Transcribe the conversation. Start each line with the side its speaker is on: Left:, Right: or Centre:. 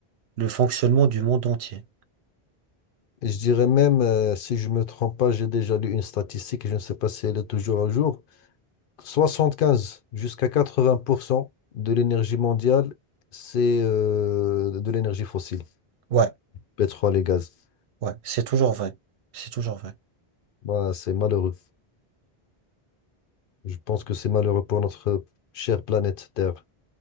Right: le fonctionnement du monde entier.
Left: Je dirais même, euh, si je me trompe pas, j'ai déjà lu une statistique, et je ne sais pas si elle est toujours à jour. 75 jusqu'à 80% de l'énergie mondiale, c'est euh, de l'énergie fossile,
Right: Ouais,
Left: pétrole et gaz.
Right: ouais, c'est toujours vrai. C'est toujours vrai,
Left: Bah, c'est malheureux. Je pense que c'est malheureux pour notre chère planète Terre.